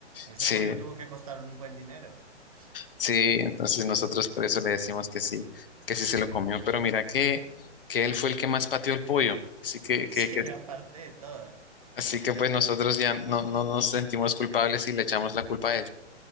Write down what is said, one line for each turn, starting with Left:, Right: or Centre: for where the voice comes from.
Right: Ese
Left: Sí,
Right: pollo tuvo que costar un buen dinero. <laughs>
Left: sí, entonces nosotros por eso le decimos que sí, que sí se lo comió, pero mira que, que él fue el que más pateó el pollo, así que,
Right: Sí,
Left: que, que-
Right: aparte de todo.
Left: así que pues nosotros ya no, no nos sentimos culpables y le echamos la culpa a él.